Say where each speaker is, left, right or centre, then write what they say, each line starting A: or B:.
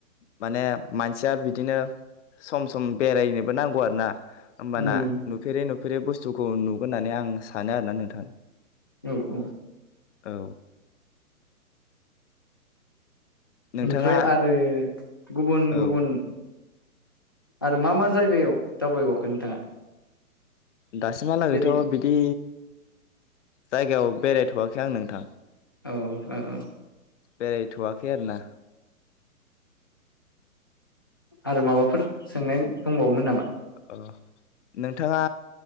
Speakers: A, on the left; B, on the left.
A: माने मानसिया बिदिनो सम सम बेरायनोबो नांगौ आरोना। होमबाना
B: उम
A: नुफेरै नुफेरै बुस्थुखौ नुगोन होननानै आं सानो आरो ना नोंथां,
B: औ औ
A: औ, नोंथाङा
B: ओमफ्राय आरो गुबुन
A: औ
B: गुबुन, आरो मा मा जायगायाव दावबायबावखो नोंथाङा,
A: दासिमहालागैथ'
B: जेरै
A: बिदि जायगायाव बेरायथ'वाखै आं नोंथां।
B: औ औ औ।
A: बेरायथ'वाखै आरो ना।
B: आरो माबाफोर सोंनाय दंबावोमोन नामा?
A: ओ नोंथाङा